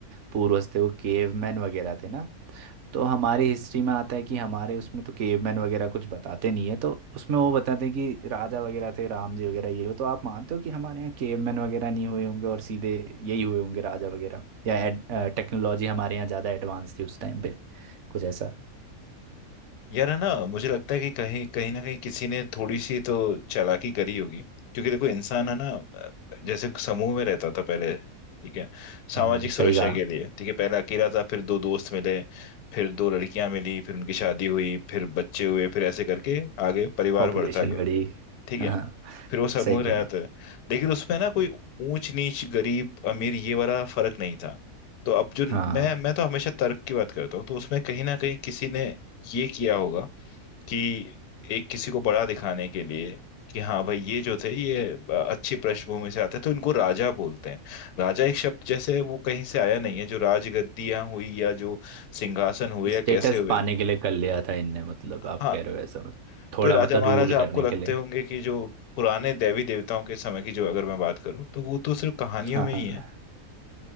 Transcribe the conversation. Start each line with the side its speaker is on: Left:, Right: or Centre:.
Right: पूर्वज थे वो केवमैन वगैरह थे ना तो हमारी हिस्ट्री में आता है कि हमारे उसमें तो केवमैन वगैरह कुछ बताते नहीं है तो उसमें वो बताते हैं कि राजा वगैरह थे राम जी वगैरह ये हो तो आप मानते हो कि हमारे यहाँ केवमैन वगैरह नहीं हुए होंगे और सीधे यही हुए होंगे राजा वगैरह या टेक्नोलॉजी हमारे यहाँ ज़्यादा एडवांस थी उस टाइम पे कुछ ऐसा
Left: यार है ना मुझे लगता है कि कहीं कहीं ना कहीं किसी ने थोड़ी सी तो चालाकी करी होगी क्योंकि देखो इंसान है ना जैसे समूह में रहता था पहले ठीक है सामाजिक
Right: हम्म,
Left: सुरक्षा
Right: सही कहा
Left: के लिए ठीक है पहले अकेला था फिर दो दोस्त मिले फिर दो लड़कियां मिली फिर उनकी शादी हुई फिर बच्चे हुए फिर ऐसे करके आगे परिवार
Right: पॉपुलेशन
Left: बढ़ता गया
Right: बड़ी
Left: ठीक है
Right: हाँ
Left: फिर वो समूह
Right: सही
Left: रहता
Right: कहा
Left: है लेकिन उसमें ना कोई ऊंच नीच गरीब अमीर ये वाला फर्क नहीं था तो अब जो
Right: हाँ
Left: मैं मैं तो हमेशा तर्क की बात करता हूँ तो उसमें कहीं ना कहीं किसी ने ये किया होगा कि एक किसी को बड़ा दिखाने के लिए कि हाँ भाई ये जो थे ये अच्छी पृष्ठभूमि से आते हैं तो इनको राजा बोलते हैं राजा एक शब्द जैसे वो कहीं से आया नहीं है जो राजगद्दियां हुई या जो सिंहासन हुए
Right: स्टेटस
Left: या कैसे हुए
Right: पाने के लिए कर लिया था इनने मतलब आप
Left: हाँ
Right: कह रहे हो ऐसा मतलब थोड़ा
Left: तो ये राजा
Right: मतलब
Left: महाराजा
Right: रूल करने
Left: आपको लगते
Right: के लिए
Left: होंगे कि जो पुराने देवी देवताओं के समय की जो अगर मैं बात करूँ तो वो तो सिर्फ कहानियों
Right: हाँ
Left: में ही
Right: हाँ
Left: है